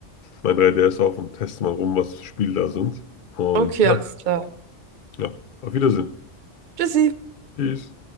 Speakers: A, on the left; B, on the right.
A: mein 3DS auf und teste mal rum, was für Spiele da sind. Und
B: Okay,
A: ja,
B: alles klar.
A: ja, auf Wiedersehen.
B: Tschüssi.
A: Tschüss.